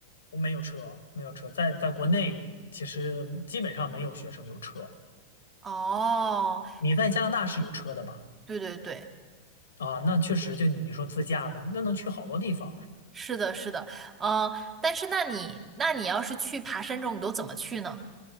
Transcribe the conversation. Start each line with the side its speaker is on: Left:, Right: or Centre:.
Left: 我没有车，没有车，在在国内其实基本上没有学生有车。
Right: 哦，
Left: 你在加拿大是有车的吧？
Right: 对对对，
Left: 啊，那确实，就你说自驾能，那能去好多地方
Right: 是的，是的，嗯、但是那你那你要是去爬山这种，你都怎么去呢？